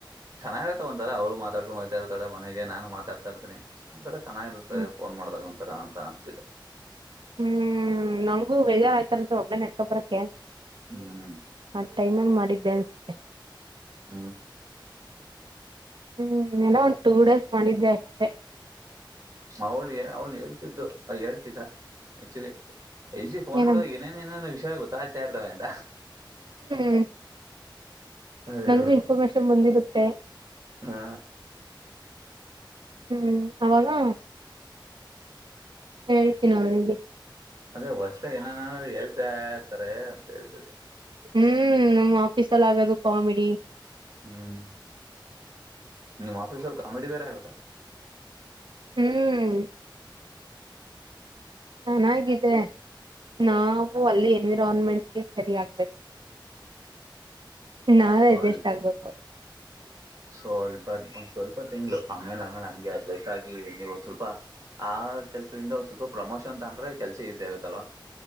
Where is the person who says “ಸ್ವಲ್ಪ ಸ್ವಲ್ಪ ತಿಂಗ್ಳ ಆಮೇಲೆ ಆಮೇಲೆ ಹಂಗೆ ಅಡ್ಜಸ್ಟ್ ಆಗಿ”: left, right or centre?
Right